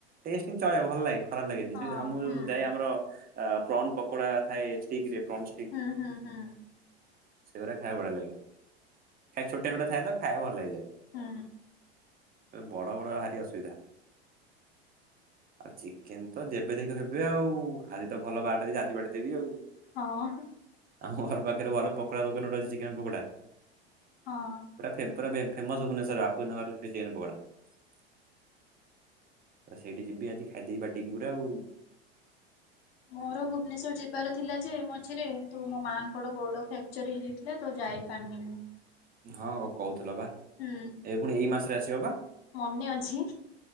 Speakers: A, on the right; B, on the left.
A: ଟେଷ୍ଟ୍ ଚଳିବ ଭଲ୍‌ ଲାଗେ। ଖରାପ୍ ଲାଗେନି,
B: ହଁ
A: ଯଉ
B: ହୁଁ
A: ଯାଏ ଆମ୍‌ର ପ୍ରନ୍‌ ପକୋଡ଼ା ଥାଏ ଷ୍ଟିକ୍ ରେ। ଠିକ୍
B: ହୁଁ ହୁଁ ହୁଁ
A: ସେ ଗୁରା ଖାଇ--କୁ ବଢ଼ିଆ ଲାଗେ, ଛୋଟିଆ ଛୋଟିଆ ଥାଏ ତ ଖାଇବାକୁ ଭଲ୍ ଲାଗିଯାଏ।
B: ହୁଁ।
A: ବଡ ବଡ ଭାରି ଅସୁବିଧା। ଆଉ ଚିକେନ ତ ଯେବେ ଦେଖକି ହେବେ ଆଉ। ଆଜି ତ ଭଲ ବାରଟା ଆଜି ତ ବଢ଼େଇ ଦେବି ଆଉ।
B: ହଁ
A: ଆମ ଘର ପାଖରେ ଭଲ ପକୋଡା ଦୋକାନ ଗୋଟେ ଅଛି ଚିକେନ ପକୋଡା।
B: ହଁ।
A: ପୁରା ଫେ ପୁରା ଫେମସ ଭୁବନେଶ୍ୱର ବାପୁଜୀ ନଗର ଚିକେନ ପକୋଡା। ସେଇଠି ଯିବି ଆଜି ଖାଇଦେବି ବଢେଇକି ପୁରା ଆଉ।
B: ମୋର ଭୁବନେଶ୍ୱର ଯିବାର ଥିଲା ଯେ ମଝିରେ କିନ୍ତୁ ମୋ ମାଆଙ୍କର ଗୋଡ ଫ୍ରାକ୍ଚର ହେଇଯାଇଥିଲା ତ ଯାଇ ପାନି ମୁଁ।
A: ହଁ କହୁଥିଲ ବା।
B: ହୁଁ।
A: ଏ ପୁଣି ଏଇ ମାସରେ ଆସିବ ବା।
B: ମନେ ଅଛି?